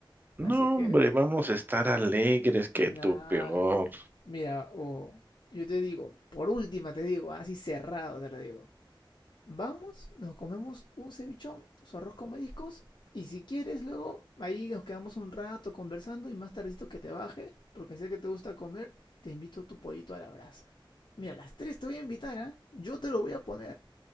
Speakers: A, on the right (about 20°); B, on the left (about 65°).
A: No,
B: Así que,
A: hombre, vamos a estar alegres que
B: nada.
A: tú peor.
B: Mira, o yo te digo, por última te digo, así cerrado te lo digo. Vamos, nos comemos un cevichón, su arroz con mariscos, y si quieres luego ahí nos quedamos un rato conversando y más tardecito que te baje, porque sé que te gusta comer, te invito a tu pollito a la brasa. Mira, a las tres te voy a invitar, ¿ah? Yo te lo voy a poner,